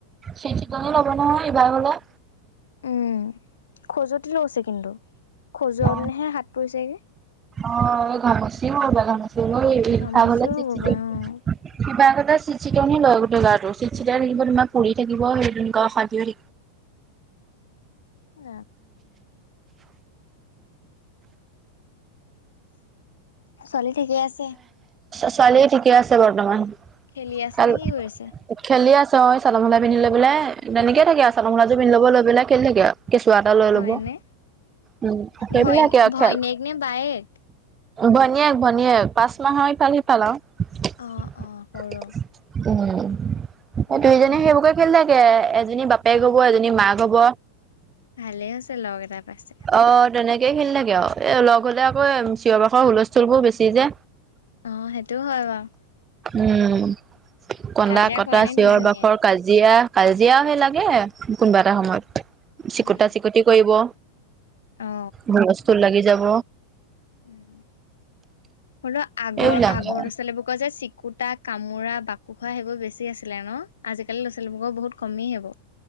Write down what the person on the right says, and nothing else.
চেই চিতনি ল'ব নহয় এইবাৰলে
অ
অ ঘামুচি হব পাৰে ঘামুচি হ'লে
ভাল <unintelligible> হলে
চিকচিকাই
কিবা এটা চিট চিতনি লয় গোটেই গাটো চিতচিটাই থাকিব, তোমাৰ পুৰি থাকিব, সেই সেনেকোৱা অশান্তি
ছোৱালী ঠিকে আছে বৰ্তমান
কাল
খেলি আছে অ চাদৰ মেখেলা পিন্ধি লৈ পেলাই তেনেকে থাকে আৰু চাদৰ মেখেলাযোৰ পিন্ধি লব লৈ পেলাই খেলি থাকে আৰু কেঁচুৱা এটা লৈ
ল'ব, উম সেইবিলাকেই
আৰু
খেল
ভনীয়েক -ভনীয়েক পাঁচ মাহৰ ইফাল-সিফাল আৰু
উম
দুইজনী
সেইবোৰকে খেলি থাক কে এজনী বাপেক হব, এজনী মাক হব
অ তেনেকে খেলি থাকে আও এ লগ হ'লে আকৌ চিঞৰ বাখৰ হুলস্থুল বোৰ বেছি যে
উম, কন্দা-
কটা,
চিঞৰ-বাখৰ
কাজি জীয়া কাজিয়া সেই লাগে কোনোবা এটা সময়ত চিকুতা
চিকুতি কৰিব
হুলস্থূল লাগি যাব
এইবিলাকে